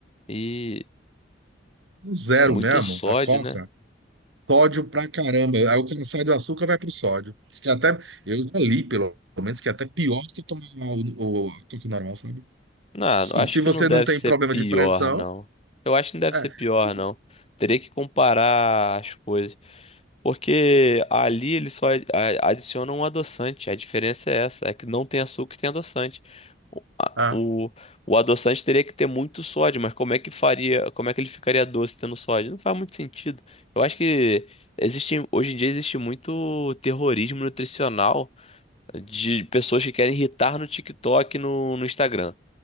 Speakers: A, on the left; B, on the right.
A: E
B: O Zero
A: muito
B: mesmo,
A: sódio,
B: a Coca,
A: né?
B: sódio pra caramba. Aí o cara sai do açúcar, vai pro sódio. Diz que até, eu já li, pelo menos, que é até pior do que tomar o, o, a Coca normal, sabe?
A: Não,
B: Sim,
A: eu acho
B: se
A: que
B: você
A: não deve
B: não tem
A: ser
B: problema
A: pior,
B: de pressão,
A: não. Eu acho que não deve
B: é.
A: ser pior,
B: Sim.
A: não. Teria que comparar as coisas. Porque ali ele só ad- a- adiciona um adoçante. A diferença é essa, é que não tem açúcar e tem adoçante. O, a-
B: Ah,
A: o, o adoçante teria que ter muito sódio, mas como é que faria, como é que ele ficaria doce tendo sódio? Não faz muito sentido. Eu acho que existe, hoje em dia existe muito terrorismo nutricional de pessoas que querem irritar no TikTok, e no, no Instagram.